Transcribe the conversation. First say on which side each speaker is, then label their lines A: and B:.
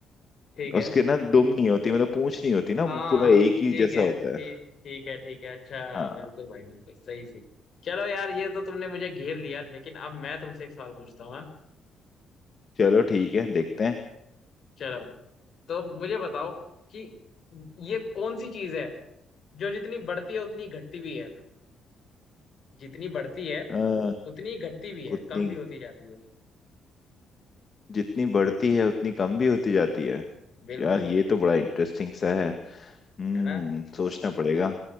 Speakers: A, on the left; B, on the left.
A: ठीक है
B: उसके ना दुम नहीं होती मतलब पूंछ नहीं होती ना
A: हाँ
B: वो पूरा एक ही
A: ठीक
B: जैसा
A: है
B: होता
A: ठीक
B: है
A: ठीक है ठीक है अच्छा
B: हाँ
A: बिल्कुल भाई बिल्कुल सही सही चलो यार ये तो तुमने मुझे घेर लिया लेकिन अब मैं तुमसे एक सवाल पूछता हूँ हाँ?
B: चलो ठीक है देखते हैं
A: चलो तो मुझे बताओ कि ये कौन सी चीज है जो जितनी बढ़ती है उतनी घटती भी है जितनी बढ़ती है
B: अ,
A: उतनी घटती भी है
B: उतनी
A: कम भी होती जाती है
B: जितनी बढ़ती है उतनी कम भी होती जाती है
A: बिल्कुल
B: यार ये
A: बिल्कुल
B: तो बड़ा इंटरेस्टिंग सा है हम्म
A: है ना
B: सोचना पड़ेगा